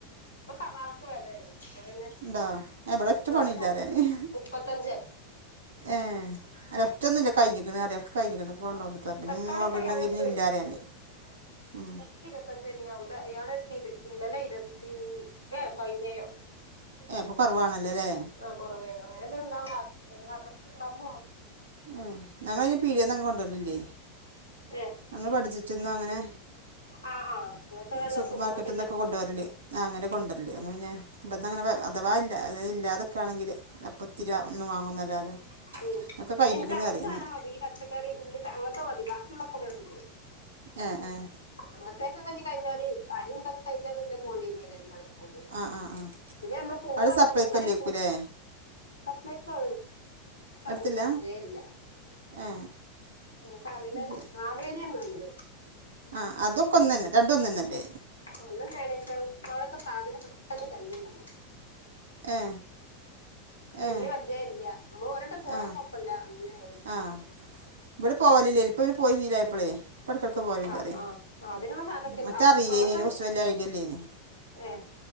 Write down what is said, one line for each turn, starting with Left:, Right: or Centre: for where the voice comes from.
Left: പ്പ സവാളക്കെ വെലല്ലേ അപ്പ പിന്നെ
Right: ഇണ്ടാ ഇവിടോരോറ്റ പണില്ലാരീ
Left: അത്
Right: <unintelligible>
Left: മുപ്പത്തഞ്ചാണ്
Right: ഏഹ ഒറ്റന്നുല്ല കയ്ഞ്ഞിക്ക്ണ് അറിയ കയ്ഞ്ഞ്ക്ക്ണ് കൊണ്ടന്നത്തെ
Left: ആ
Right: ഇല്ലെനി
Left: തക്കാളിക്ക്
Right: മോളകിണ്ടെങ്കി
Left: അയാളെടുത്ത്
Right: ഇഞ്ഞില്ലാറിയാനെ ഉം
Left: ഇര്പത്തഞ്ചേനി അവ്ടെ ഇയാളരത്തി ഇന്നലെ ഇരുത്തി ഏ പയിനേയൊ
Right: ഏ അപ്പൊ കൊറവാണല്ലോല്ലേ
Left: ആ കൊറവേ അങ്ങനെ ഇണ്ടാവ <unintelligible> ണ്ടാവ
Right: ഏഹ ഞങ്ങള് ന്നെ പീടിയേന്നങ്ങന കൊണ്ടോർലില്ലേ
Left: ഏഹ്
Right: ഞങ്ങൾ പഠിച്ചിട്ടിന്നോ അങ്ങനെ
Left: ആ ആ നിങ്ങക്ക് നല്ല
Right: സൂപ്പർ മാർക്കറ്റ്ന്നൊക്കെ
Left: മാർക്കറ്റ് എടുത്തോ
Right: കൊണ്ടുവരല് ആ അങ്ങനെ കൊണ്ടര്ല് അന്ന് പിന്നെ ഇബട്ന്നങ്ങനെ അഥവാ ഇല്ല അ ഇല്ലാതൊക്കെ ആണെങ്കിൽ അപ്പത്തിരി ഒന്നും വാങ്ങുന്നല്ലാതെ
Left: ഉം
Right: ഒക്കെ
Left: പിന്നെ
Right: കഴിഞ്ഞിക്കണ്
Left: ഇൻക്കങ്ങത്തെ
Right: പറയും
Left: സാധനം മതി ഈ പച്ചക്കറി ഉള്ളി അങ്ങൻത്തെ മതി ബാക്കിള്ളൊക്കെ ഇബടെണ്ട്
Right: ആഹ് ആഹ്
Left: അങ്ങത്തെക്കെ കയിഞ്ഞാല് അരിന്തൊക്കെ കഴിഞ്ഞാല് പിന്നെ <unintelligible> കാണിക്കൂലേ
Right: ആ ആ ആ
Left: പിന്നെ നമ്മള് പോവാണീ
Right: അവിടെ സപ്ലൈക്കോ
Left: പൊറത്തിറങ്ങി
Right: അല്ലേക്കൂലേ
Left: പോ സപ്ലയ്ക്കൊ
Right: അടുത്തില്ല
Left: ഇന്ക് കജ്ജേല്ല
Right: ഏ
Left: ൻക്ക് അറിണത്
Right: അത്
Left: മാവേലില്ലോണ്ട്
Right: ആഹ് അതൊക്കെ ഒന്നെന്നെ രണ്ടൊന്നന്നെല്ലെ
Left: ഒന്നന്നേണ് പഷേ ങ്ങളൊക്കെ സാധനം പെട്ടെന്ന് കയ്യും വന്നു
Right: ഏ
Left: ക്ക് വല്യ
Right: ഏ
Left: പരിജയല്ല നമ്മള് ഒരട്ടം പോയാ
Right: ആ
Left: കൊഴപ്പല്ല അങ്ങനെ
Right: ആ ഇവിടെ പോവലില്ലേനി ഇപ്പ പിന്നെ പോയി ശീലായപ്പളെ പ്പട്ത്തൊക്കെ പോവല്ണ്ടറിയെ
Left: ആഹ് ആഹ് അതിനുള്ള സാധനൊക്കെ
Right: മറ്റേ
Left: അങ്ങനത്തെ
Right: അറീല്ലേനി അയ്നെ കുർച്ച് വല്യ ഐഡിയല്ലേനി
Left: ഏഹ്